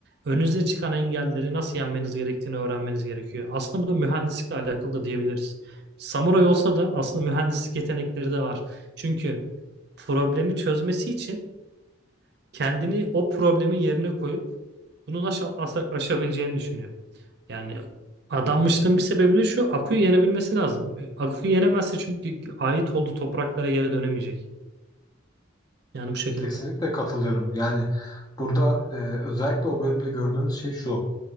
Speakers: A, on the right (about 55°); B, on the left (about 20°).
A: Önünüze çıkan engelleri nasıl yenmeniz gerektiğini öğrenmeniz gerekiyor. Aslında bu da mühendislikle alakalı da diyebiliriz. Samuray olsa da aslında mühendislik yetenekleri de var. Çünkü problemi çözmesi için kendini o problemin yerine koyup bunu nasıl aşa- aşabileceğini düşünüyor. Yani adanmışlığın bir sebebi de şu. Aku'yu yenebilmesi lazım. E, Aku'yu yenemezse çünkü ait olduğu topraklara yere dönemeyecek. Yani bu şekilde.
B: Kesinlikle katılıyorum. Yani burada e, özellikle o bölümde gördüğümüz şey şu.